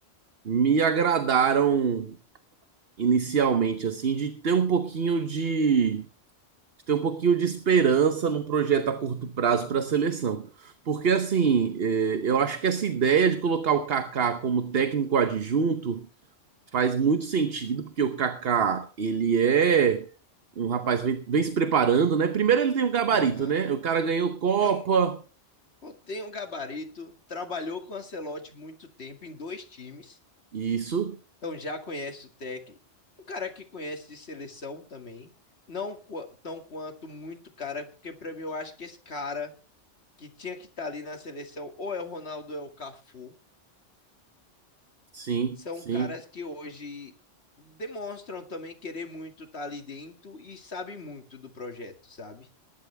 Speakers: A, on the right; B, on the left.
A: me agradaram inicialmente, assim, de ter um pouquinho de, de ter um pouquinho de esperança num projeto a curto prazo para a seleção. Porque, assim, eh, eu acho que essa ideia de colocar o Kaká como técnico adjunto faz muito sentido, porque o Kaká, ele é um rapaz vem, vem se preparando, né? Primeiro ele tem um gabarito,
B: Aham.
A: né? O cara ganhou Copa,
B: Tem um, tem um gabarito, trabalhou com o Ancelotti muito tempo em dois times
A: isso,
B: Então já conhece o técnico. Um cara que conhece de seleção também. Não qu- tão quanto muito cara, porque para mim eu acho que esse cara que tinha que estar ali na seleção, ou é o Ronaldo ou é o Cafu,
A: sim,
B: são
A: sim.
B: caras que hoje demonstram também querer muito estar ali dentro e sabem muito do projeto, sabe?